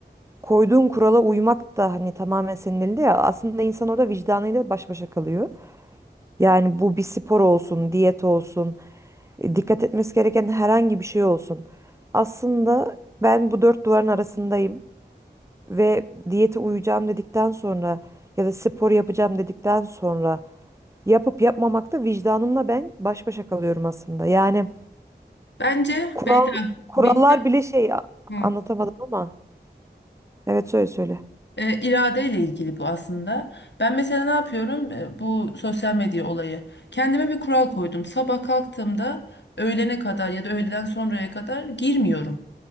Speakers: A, on the right; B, on the left.
A: Koyduğun kurala uymak da hani tamamen senin elinde ya. Aslında insan orada vicdanıyla baş başa kalıyor. Yani bu bir spor olsun, diyet olsun, e, dikkat etmesi gereken herhangi bir şey olsun. Aslında ben bu dört duvarın arasındayım. ve diyete uyacağım dedikten sonra ya da spor yapacağım dedikten sonra yapıp yapmamakta vicdanımla ben baş başa kalıyorum aslında. Yani
B: Bence
A: kural
B: Beyda
A: kurallar
B: vicdan,
A: bile şey a-
B: Hı.
A: anlatamadım ama evet söyle söyle.
B: E, iradeyle ilgili bu aslında. Ben mesela ne yapıyorum? E, bu sosyal medya olayı. Kendime bir kural koydum. Sabah kalktığımda öğlene kadar ya da öğleden sonraya kadar girmiyorum.